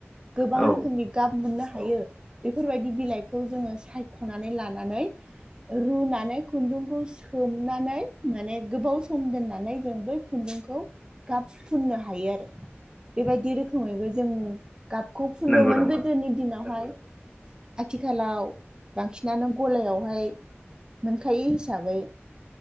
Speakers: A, on the right; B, on the left.
A: गोबां
B: औ
A: रोखोमनि गाब मोननो हा हायो बेफोरबायदि बिलाइखौ जोङो ख'नानै लानानै रुनानै खुन्दुंखौ सोमनानै माने गोबाव सम दोननानै जों बै खुन्दुंखौ गाब फुननो हायो आरो बेबायदि रोखोमैबो जों गाबखौ फुनोमोन
B: नंगौ नामा
A: गोदोनि दिनावहाय। आथि खालाव बांसिनानो गलायावहाय मोनखायो हिसाबै